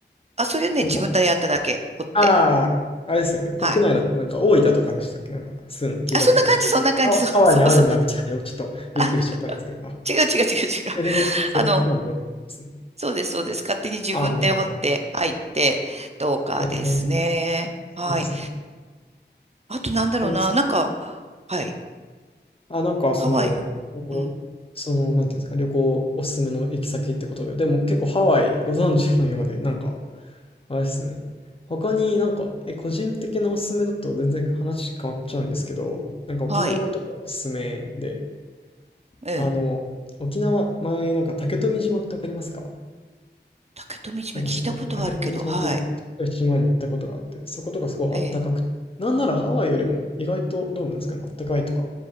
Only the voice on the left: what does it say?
なんか、
ああ、あれですよね。国内だと、
なんか大分とかでしたっけなんか、そういうの聞いたことありますけど。
あ、
ハワイにあるんだみたいな、ちょっとびっくりしちゃったんですけど。
あ、
セルフ、セルフスマブラですね。
ああ、なるほど、なるほど。
えー、そうですね。
えー
あ、なんかその、
今後、
その、なんていうんですか、旅行おすすめの行き先ってことで、でも結構ハワイご存知のようで、なんか、あれですね。他になんか、え、個人的なおすすめだと全然話変わっちゃうんですけど、なんか沖縄とかおすすめで、
あの、沖縄、前なんか竹富島ってわかりますか
なんかすごい、竹富島という島に行ったことがあって、
そことかすごいあったかくて、
なんならハワイよりも意外とどうなんですかね、あったかいとか、